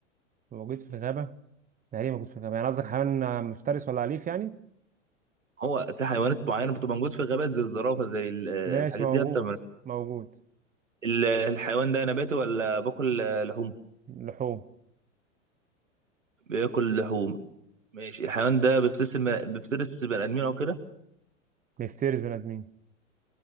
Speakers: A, on the right; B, on the right.
A: موجود في الغابة يعني ايه موجود في الغابة يعني قصدك حيوان آه، مفترس ولا أليف يعني
B: هو في حيوانات معينة بتبقى موجود في الغابات زي الزرافة زي ال- آه،
A: ماشي
B: الحاجات
A: موجود
B: دي حتى من-
A: موجود
B: ال- الحيوان ده نباتي ولا باكل لحوم؟
A: لحوم
B: بياكل لحوم ماشي الحيوان ده بيفترس الم... بيفترس بني آدمين أو كده
A: بيفترس بني آدمين